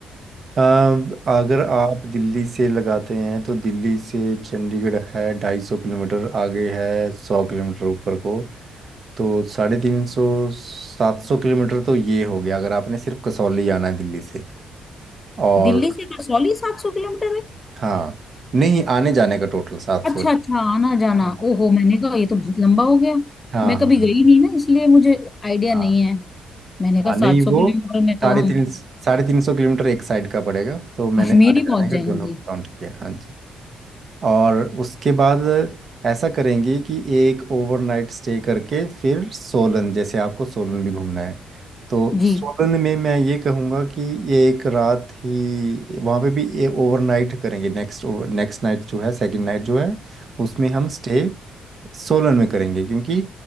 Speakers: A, on the right (about 45°); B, on the left (about 25°).
A: अब अगर आप दिल्ली से लगाते हैं तो दिल्ली से चंडीगढ़ है ढाई सौ किलोमीटर आगे है सौ किलोमीटर ऊपर को तो साढ़े तीन सौ सात सौ किलोमीटर तो ये हो गया अगर आपने सिर्फ कसौली आना है दिल्ली से और
B: दिल्ली से कसौली सात सौ किलोमीटर है
A: हाँ नहीं आने जाने का टोटल सात
B: अच्छा
A: सौ
B: अच्छा आना जाना
A: हाँ
B: ओहो मैंने कहा ये तो बहुत लंबा हो गया
A: हाँ
B: मैं कभी
A: हाँ
B: गई नहीं ना इसलिए मुझे आइडिया
A: हाँ
B: नहीं है मैंने कहा
A: हाँ
B: सात
A: नहीं
B: सौ
A: वो
B: किलोमीटर में तो
A: साढ़े
B: हम
A: तीन साढ़े तीन सौ किलोमीटर एक साइड का पड़ेगा तो मैंने
B: कश्मीर
A: आने
B: ही
A: जाने
B: पहुंच
A: का
B: जाएंगे
A: दोनों का काउंट किया हाँ जी और उसके बाद ऐसा करेंगे कि एक ओवरनाइट स्टे करके फिर सोलन जैसे आपको सोलन भी घूमना है तो
B: जी
A: सोलन में मैं ये कहूँगा कि ये एक रात ही वहाँ पे भी ये ओवरनाइट करेंगे नेक्स्ट नेक्स्ट नाइट जो है सेकंड नाइट जो है उसमें हम स्टे सोलन में करेंगे क्योंकि